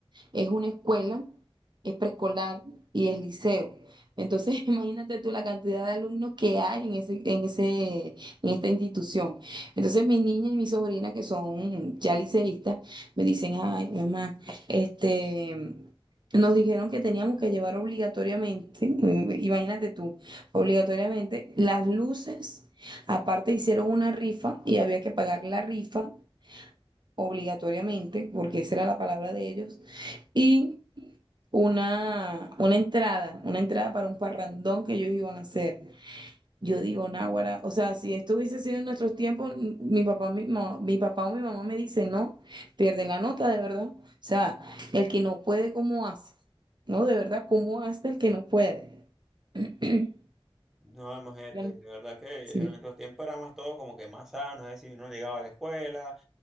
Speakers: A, on the right; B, in the centre.
A: es una escuela, es preescolar y es liceo. Entonces, <laughs> imagínate tú la cantidad de alumnos que hay en ese, en ese, en esta institución. Entonces, mi niña y mi sobrina que son ya liceístas me dicen, ay, mamá, este... Nos dijeron que teníamos que llevar obligatoriamente, <laughs> imagínate tú obligatoriamente. Las luces, aparte hicieron una rifa y había que pagar la rifa obligatoriamente, porque esa era la palabra de ellos, y una, una entrada, una entrada para un parrandón que ellos iban a hacer. Yo digo, náguara, o sea, si esto hubiese sido en nuestros tiempos, m- mi papá, mi, ma- mi papá o mi mamá me dicen, no, pierden la nota, de verdad. O sea, el que no puede, ¿cómo hace? No, de verdad, ¿cómo hace el que no puede? <clears throat>
B: No, imagínate,
A: Gran-
B: de verdad que
A: Sí.
B: en nuestros tiempos éramos todos como que más sanos, es decir, uno llegaba a la escuela,